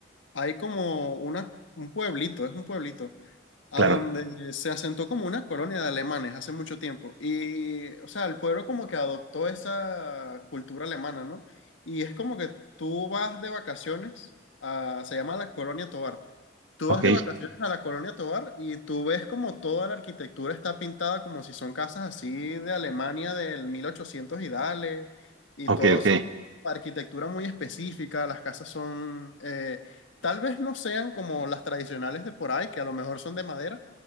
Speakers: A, on the left; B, on the right.
A: hay como una, un pueblito, es un pueblito, a
B: Claro.
A: donde se asentó como una colonia de alemanes hace mucho tiempo. Y, o sea, el pueblo como que adoptó esa cultura alemana, ¿no? Y es como que tú vas de vacaciones a, se llama la Colonia Tovar. Tú
B: Ok,
A: vas de vacaciones a la Colonia Tovar y tú ves como toda la arquitectura está pintada como si son casas así de Alemania del 1800 y dale, y
B: ok,
A: todos
B: ok.
A: son arquitectura muy específica, las casas son eh, Tal vez no sean como las tradicionales de por ahí, que a lo mejor son de madera,